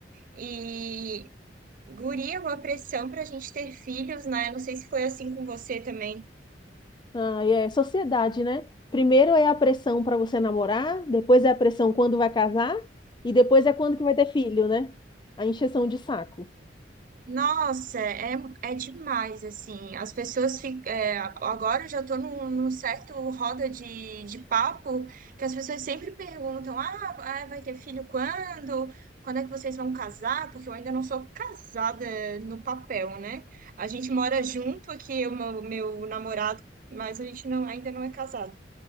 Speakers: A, on the right; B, on the left.
A: e guria, uma pressão pra gente ter filhos, né? Eu Não sei se foi assim com você também.
B: Ah, é sociedade, né? Primeiro é a pressão pra você namorar, depois é a pressão quando vai casar e depois é quando que vai ter filho, né? A encheção de saco.
A: Nossa, é, é demais, assim, as pessoas ficam, agora eu já estou num, num certo roda de, de papo, que as pessoas sempre perguntam, ah, ah, vai ter filho quando? Quando é que vocês vão casar? Porque eu ainda não sou casada no papel, né? A gente mora junto aqui, o meu, meu namorado, mas a gente não, ainda não é casado.